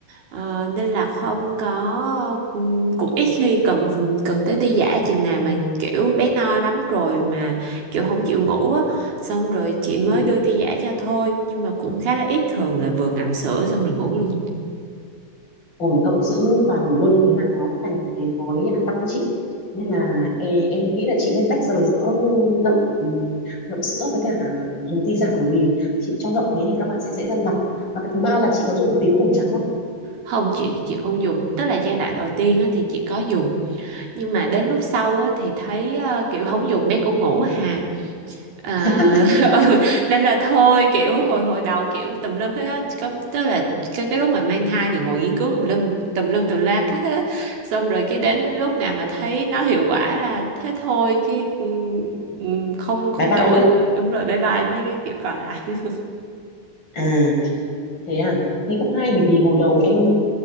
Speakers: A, on the right; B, on the left.
A: Ờ, nên là không có ừ, cũng ít khi cần cần tới ti giả chừng nào mà kiểu bé no lắm rồi mà kiểu không chịu ngủ á xong rồi chị mới
B: ừ.
A: đưa ti giả cho thôi nhưng mà cũng khá là ít thường là vừa ngậm sữa xong rồi ngủ luôn
B: ổn động sữa và ngủ luôn như thế là nó thành cái thói ăn cắp đấy chị nên là e- em nghĩ là chị nên tách rời giữa ngậm ngậm sữa với cả dùng ti giả bởi vì chị cho ngậm thế thì các bạn sẽ dễ ăn vặt và cái thứ ba là chị có dùng tiếng ồn trắng không
A: không chị chị không dùng tức là giai đoạn đầu tiên á thì chị có dùng nhưng mà đến lúc sau á thì thấy ờ, kiểu không dùng bé cũng ngủ hà À,
B: <laughs>
A: <laughs> ừ. Nên là thôi kiểu hồi hồi đầu kiểu tùm lum hết á có tức là cái cái lúc mà mang thai thì ngồi nghiên cứu tùm lum tùm lum tùm la các hết xong rồi cái đến lúc nào mà thấy nó hiệu quả là thế thôi cái ừm, ừm, không không
B: bye bye
A: đổi
B: luôn
A: nữa đúng rồi bye bye mấy cái kiểu còn lại luôn
B: à thế à thế cũng hay bởi vì hồi đầu em